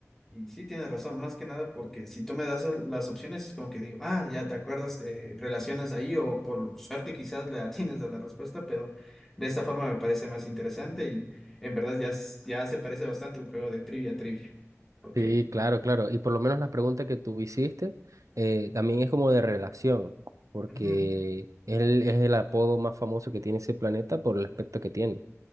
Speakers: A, in the centre; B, on the right.
A: Y sí, tienes razón, más que nada porque si tú me das las opciones es como que digo, ah, ya te acuerdas, eh, relacionas ahí o por suerte quizás le atinas a <laughs> la respuesta, pero de esta forma me parece más interesante y en verdad ya, s- ya se parece bastante a un juego de trivia, trivia. Ok.
B: Sí, claro, claro. Y por lo menos la pregunta que tú hiciste eh, también es como de relación, porque
A: Ujú,
B: él es el apodo más famoso que tiene ese planeta por el aspecto que tiene.